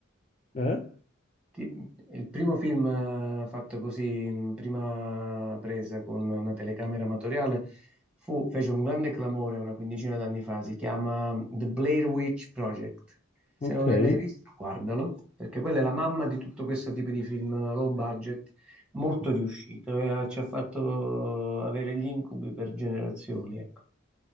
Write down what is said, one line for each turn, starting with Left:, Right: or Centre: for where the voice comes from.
Left: Eh?
Centre: Ti- il primo film eh, fatto così in prima presa con una telecamera amatoriale fu, fece un grande clamore una quindicina d'anni fa, si chiama The Blair Witch Project. Se
Left: Ok,
Centre: non l'hai
Left: è
Centre: mai visto, guardalo, perché quella è la mamma di tutto questo tipo di film eh, low budget, molto riuscito e eh, ci ha fatto avere gli incubi per generazioni, ecco.